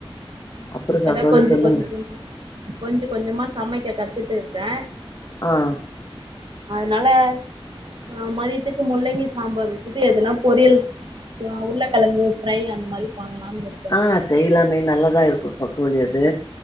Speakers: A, on the left; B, on the right.
A: அப்றோ
B: இப்பதான்
A: ச தோழி
B: கொஞ்ச
A: சொல்லுங்க
B: கொஞ்ச கொஞ்ச கொஞ்சமா சமைக்க கத்துட்டு இருக்கு கே
A: ஆஹ்
B: அதனால ஆஹ் மதியத்துக்கு முள்ளங்கி சாம்பார் வச்சுட்டு எதுனா பொரியல் ஆஹ் உருளக்கெழங்கு ஃப்ரை அந்த மாரி பண்லான்னு இருக்கே
A: ஆஹ் செய்லாமே நல்லதா இருக்கும் ச தோழி அது